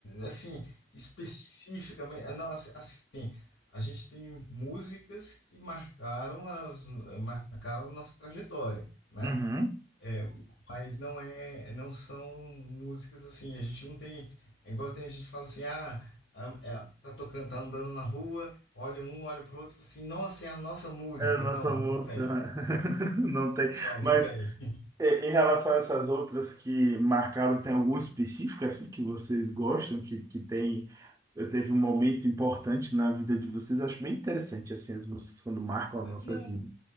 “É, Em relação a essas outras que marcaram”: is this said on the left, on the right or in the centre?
Right